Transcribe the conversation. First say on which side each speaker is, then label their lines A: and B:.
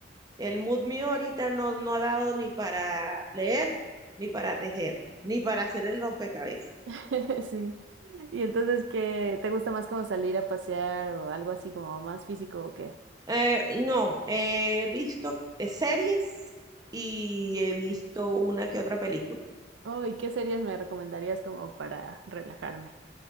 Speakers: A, on the right (about 20°); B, on the right (about 90°).
A: El mood mío ahorita no, no ha dado ni para leer, ni para tejer, ni para hacer el rompecabezas.
B: <laughs> Sí. Y entonces, ¿qué te gusta más como salir a pasear o algo así como más físico o qué?
A: Eh, no, he visto eh, series y he visto una que otra película.
B: Oh, ¿y qué series me recomendarías como para relajarme?